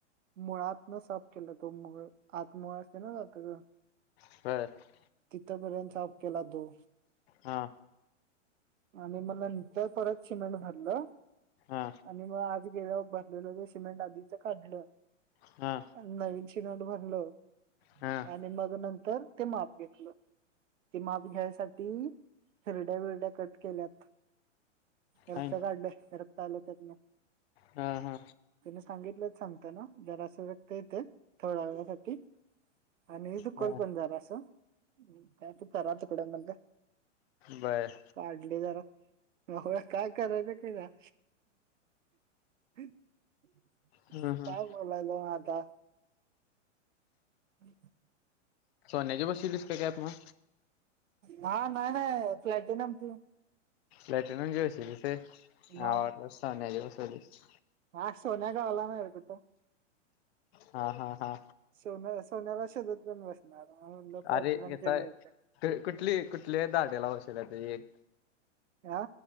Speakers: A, on the right; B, on the left.
A: मुळातन साफ केला तो मुळ, आत मुळ असत ना दाताच?
B: <unintelligible>
A: तिथपर्यंत साफ केला तो.
B: हा.
A: आणि म नंतर परत सिमेंट भरलं.
B: हा.
A: आणि मग आज गेल्यावर भरलेलं जे सिमेंट आधीच काढलं.
B: हा.
A: नवीन सिमेंट भरलंय.
B: हा
A: आणि मग नंतर- ते माप घेतलं. ते माप घ्यायसाठी हिरड्या बिरड्या कट - केल्यात. रक्त
B: हाय
A: काढलय रक्त आलं त्यातन.
B: हा हा
A: त्यानं सांगितलंच सांगताना- जरासं रक्त येत, थोड्या वेळासाठी. आणि दुखलं
B: हा
A: पण जरासं. हम कायत करा तिकडं म्हणलं.
B: बरं.
A: काढली जरा. बाबा काय करायचं <unintelligible> <inaudible>
B: हं. हं.
A: बोलायलो म आता. अ
B: सोन्याची बसवलीस का कॅप मग?
A: हहां. नाही नाही प्लॅटिनमची.
B: लॅट्रिनून घेऊच <unintelligible> तिसे ह
A: मग
B: वा स्या दिवसोलस
A: हा, सोन्यागवला नाही रे तथं.
B: हा हा हा,
A: सोन सोन्याला शोधत पण बसणार म्हणल फ्लायटलाक
B: अरे याचा
A: मिळत.
B: कुठली कुठल्या दाट्या लावशल त एक.
A: हा,